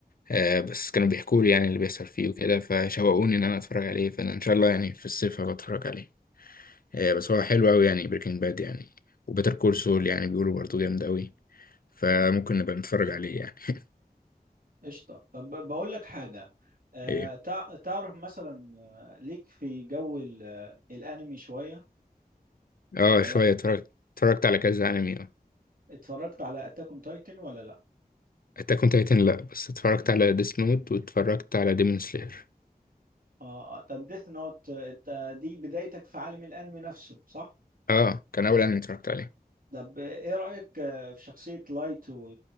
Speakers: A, on the left; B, on the right.
A: آه بس كانوا بيحكوا لي يعني اللي بيحصل فيه وكده فشوقوني ان انا اتفرج عليه فانا ان شاء الله يعني في الصيف هبقى اتفرج عليه آه بس هو حلو قوي يعني بريكنج باد يعني وبيتر كول سول يعني بيقولوا برضه جامد قوي فممكن نبقى نتفرج عليه يعني <laughs>
B: قشطة طب ب- بقول لك حاجة آه
A: ايه
B: تع- تعرف مثلا آه، ليك في جو ال- آه، الأنمي شوية
A: اه
B: ولا
A: شويه اتفرجت اتفرجت على كذا انمي اه
B: اتفرجت على أتاك أون تايتن ولا لأ؟
A: اتاك اون تايتن لا بس اتفرجت على ديس نوت واتفرجت على ديمون سلاير
B: آه آه، طب ديث نوت انت دي بدايتك في عالم الأنمي نفسه صح؟
A: اه كان اول انمي اتفرجت عليه
B: طب إيه رأيك آه، في شخصية لايت و...